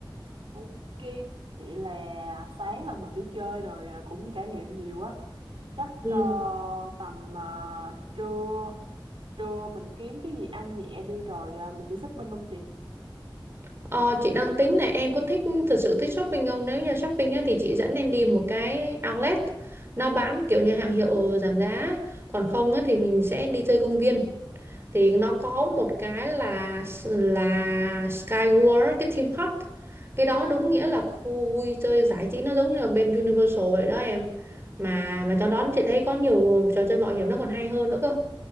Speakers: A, on the right; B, on the right.
A: Ok, vậy là sáng là mình đi chơi rồi à, cũng trải nghiệm nhiều quá. Chắc
B: ừ.
A: ờ, tầm à, trưa trưa mình kiếm cái gì ăn nhẹ đi rồi à, mình đi shopping không chị?
B: ờ, chị đang tính này em có thích thực sự thích shopping không nếu như shopping á, thì chị dẫn em đi một cái outlet nó bán kiểu như hàng hiệu giảm giá ấy. còn không á, thì mình sẽ đi chơi công viên thì nó có một cái là là Skyworld cái theme park cái đó đúng nghĩa là khu vui chơi giải trí nó giống như là bên Universal vậy đó em mà mà trong đó chị thấy có nhiều trò chơi mạo hiểm nó còn hay hơn nữa cơ